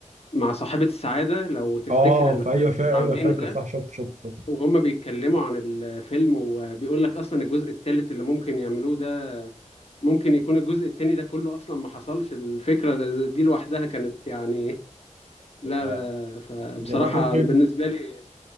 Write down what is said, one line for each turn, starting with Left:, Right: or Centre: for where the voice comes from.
Left: مع صاحبة السعادة لو تفتكر
Right: اه
Left: اللقاء
Right: في ايوه
Left: اللي كانوا
Right: فا... ايوه
Left: عاملينه
Right: فاكر
Left: ده
Right: صح شفت شفت شفت
Left: وهم بيتكلموا عن الفيلم وبيقول لك أصلا الجزء الثالث اللي ممكن يعملوه ده ممكن يكون الجزء الثاني ده كله أصلا ما حصلش الفكرة دي لوحدها كانت يعني لا
Right: آه.
Left: فبصراحة
Right: نبقى ممكن
Left: بالنسبة لي